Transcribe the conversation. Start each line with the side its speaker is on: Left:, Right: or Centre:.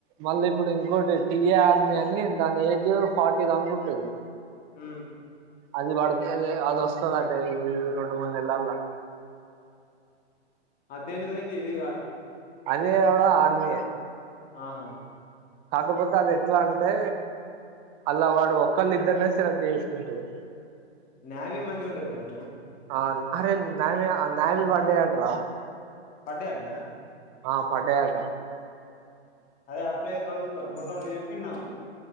Right: మళ్ళీ ఇప్పుడు ఇంకోటి టిఏ ఆర్మీ అని దాని ఏజ్ ఫార్టీ దాకుంటది.
Left: ఉమ్
Right: అది వడితే అదే అద్ వాసదంట ఈ రెండు మూడు నెలలా
Left: అద్ దేని గురించి ఇది గాద్
Right: అదే ఓడా ఆర్మే
Left: ఆహా
Right: కాకపోతే అది ఎట్లా అంటే అల్లా వాడు ఒక్కల్ నిద్దర్నె సెలెక్ట్ జేసుకుంటుడు.
Left: నావీ మంచి ఉంటద్ గన్నా
Right: అన్ అరే నావియా ఆ నావి వాడయాటూరా
Left: పాడయాంట్నా
Right: ఆ పడయంట
Left: అదే అప్లై ఎంతావో జున్తవున్న మొన్న ఎవరో ఏపీరు నాకు